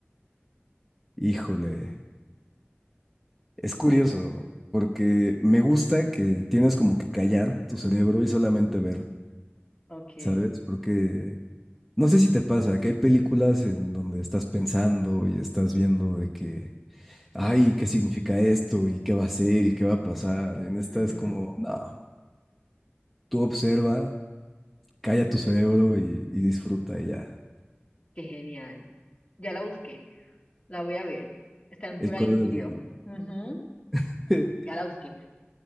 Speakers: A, in the centre; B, on the left.
A: Híjole, es curioso, porque me gusta que tienes como que callar tu cerebro y solamente ver,
B: okay
A: ¿sabes? Porque no sé si te pasa que hay películas en donde estás pensando y estás viendo de que, ay, ¿qué significa esto? ¿Y qué va a ser? ¿Y qué va a pasar? En esta
B: ujú.
A: es como, no, tú observa, calla tu cerebro y, y disfruta y ya.
B: Qué genial. Ya la busqué. La voy a ver. Está en
A: El
B: Prime
A: color
B: Video.
A: de la grande.
B: Ujú,
A: <laughs>
B: Ya la busqué.